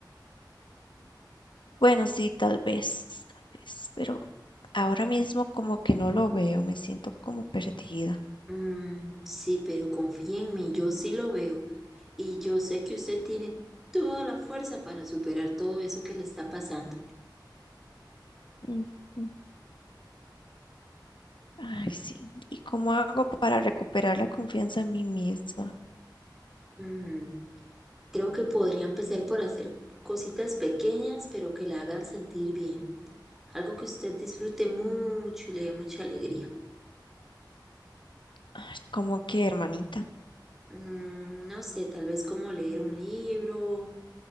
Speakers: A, on the left (about 85°); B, in the centre.
A: Bueno, sí, tal vez, tal vez, pero ahora mismo como que no lo veo, me siento como perdida.
B: Mm, sí, pero confíe en mí, yo sí lo veo y yo sé que usted tiene toda la fuerza para superar todo eso que le está pasando.
A: Mm, mm. Ay, sí. ¿Y cómo hago para recuperar la confianza en mí misma?
B: Mm, Creo que podría empezar por hacer cositas pequeñas, pero que la hagan sentir bien. Algo que usted disfrute mucho y le dé mucha alegría.
A: Ay, ¿Cómo que, hermanita?
B: Mm, no sé, tal vez como leer un libro,